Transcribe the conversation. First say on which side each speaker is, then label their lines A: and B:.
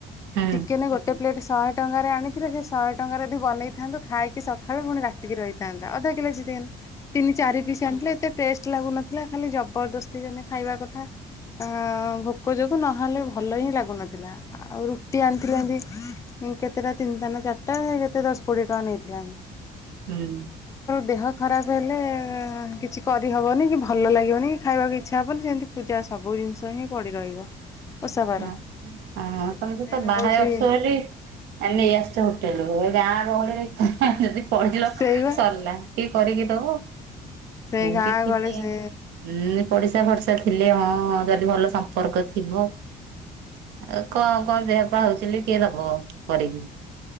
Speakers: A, on the right (about 80°); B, on the left (about 20°).
A: ହଁ
B: ଚିକେନ ଗୋଟେ ପ୍ଲେଟ୍ ଶହେ ଟଙ୍କାରେ ଆଣିଥିଲେ ସେ ଶହେ ଟଙ୍କାରେ ଯଦି ବନେଇଥାନ୍ତୁ ଖାଇକି ସକାଳୁ ପୁଣି ରାତିକି ରହିଥାନ୍ତା ଅଧା <unintelligible> ତିନି ଚାରି ପିସ୍ ଆଣିଥିଲେ ଏତେ ଟେଷ୍ଟ ଲାଗୁନଥିଲା ଖାଲି ଜବରଦସ୍ତି ଯେମିତି ଖାଇବା କଥା। ଅ ଭୋକ ଯୋଗୁ ନହେଲେ ଭଲ ହିଁ ଲାଗୁନଥିଲା ଆଉ ରୁଟି ଆଣିଥିଲେ ହେନ୍ତି। କେତେଟା ତିନିଟା ନା ଚାରିଟା କେତେ ଦଶ କୋଡ଼ିଏ ଟଙ୍କା ନେଇଥିଲା ଏ
A: ହୁଁ।
B: ଦେହ ଖରାପ ହେଲେ କିଛି କରିହବନି କି ଭଲ ଲାଗିବନି କି ଖାଇବାକୁ ଇଚ୍ଛା ହବନି ଯେମିତି ପୂଜା ସବୁ ଜିନିଷ ହିଁ ପଡି ରହିବ। ଓଷା ବାର।
A: ହ ହଁ ତମେ ସ
B: ମେନ୍
A: ତ ବାହାରେ
B: ହଉଛି
A: ଅଛ ବୋଲି ନେଇ ଆସୁଛ ହୋଟେଲରୁ ଗାଁ ଗହଳିରେ ଯଦି ପଡ଼ିଲ
B: ସେଇବା
A: ସରିଲା କିଏ କରିକି ଦବ?
B: ସେ
A: ଏମତି
B: ଗାଁ
A: ଥିଲି
B: ଗହଳି ସେ
A: ଉଁ ପଡିଶା ଭରଷା ଥିଲେ ହଁ ଯଦି ଭଲ ସମ୍ପର୍କ ଥିବ ଆଉ କଣ କଣ ଦେହ ପା ହଉଚି ବୋଲି କିଏ ଦବ କରିକି।